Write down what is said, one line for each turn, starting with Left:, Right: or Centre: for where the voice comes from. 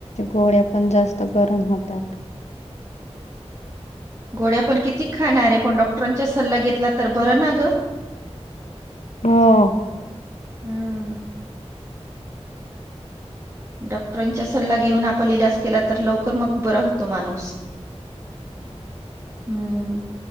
Left: गोळ्या पण जास्त गरम होतात..
Right: गोड्या पण किती खाणारे पण डॉक्टरांचा सल्ला घेतला तर बरं ना ग..
Left: हो..
Right: हम्म.. डॉक्टरांचा सल्ला घेऊन आपण इलाज केला तर लवकर मग बरा होतो माणूस... हम्म...